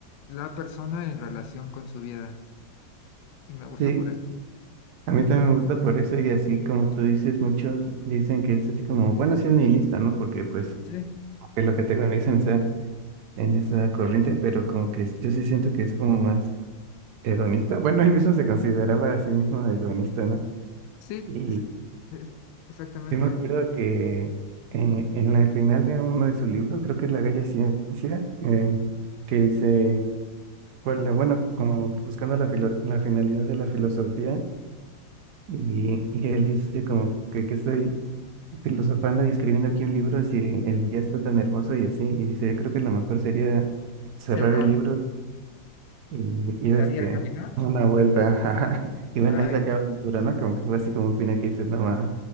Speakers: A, on the left (about 75°); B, on the right (about 65°).
A: la persona en relación con su vida y me gusta
B: Sí,
A: por eso.
B: a mí también me gusta por eso y así como tú dices, muchos dicen que es así como, bueno, sí es nihilista, ¿no? Porque pues
A: Sí,
B: es lo que te dicen en esa, en esa corriente, pero como que yo sí siento que es como más hedonista. Bueno, él mismo se consideraba a sí mismo hedonista, ¿no?
A: sí,
B: Y
A: es- es- exactamente.
B: yo me acuerdo que eh, en la final de uno de sus libros, creo que es La Bella Ciencia, eh, que dice, cuál, bueno, como buscando la, filo- la finalidad de la filosofía, y, y él dice como que, que estoy filosofando y escribiendo aquí un libro si el día está tan hermoso y así, y dice, yo creo que lo mejor sería cerrar
A: Cerrarlo
B: el libro. Y ir
A: y salir
B: este,
A: a caminar.
B: a una vuelta, ajá. <laughs> Y ven
A: Ay,
B: ahí se acaba la aventura, ¿no? Como que fue así como un final que dices, no más,